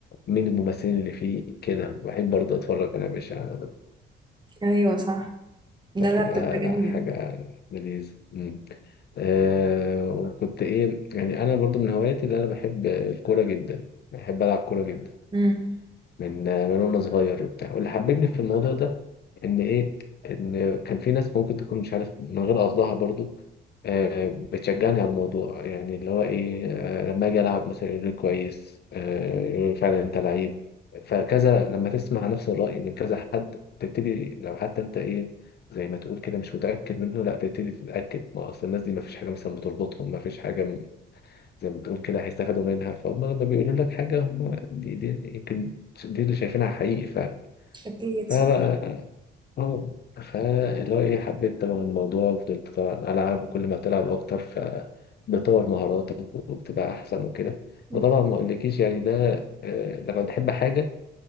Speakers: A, on the left (about 55°); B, on the right (about 20°).
A: مين الممثلين اللي فيه كده بحب برضه اتفرج انا مش على ده
B: ايوه صح لا
A: فبتبقى
B: لا بتبقى جميلة
A: لا حاجه لذيذه مم. آه وكنت ايه يعني انا برضه من هواياتي اللي انا بحب الكوره جدا بحب العب كوره جدا
B: امم
A: من من وانا صغير وبتاع واللي حببني في الموضوع ده ان ايه ان كان في ناس ممكن تكون مش عارف من غير قصدها برضو آه، بتشجعني على الموضوع يعني اللي هو ايه آه، لما اجي العب مثلا يقول لي كويس آه، يقول لي فعلا انت لعيب فكذا لما تسمع نفس الرأي من كذا حد تبتدي لو حتى انت ايه زي ما تقول كده مش متأكد منه لا تبتدي تتأكد ما اصل الناس دي ما فيش حاجة مثلا بتربطهم ما فيش حاجة زي ما بتقول كده هيستفادوا منها فهم لما بيقولوا لك حاجة هم دي, دي يمكن دي اللي شايفينها حقيقي فعلا
B: اكيد
A: فبقى
B: صح
A: اه فاللي هو ايه حبيت طبعا الموضوع وفضلت طبعا ألعب وكل ما بتلعب أكتر فبتطور مهاراتك وبتبقى أحسن وكده
B: مم.
A: وطبعا ما أقولكيش يعني ده آه، لما بتحب حاجة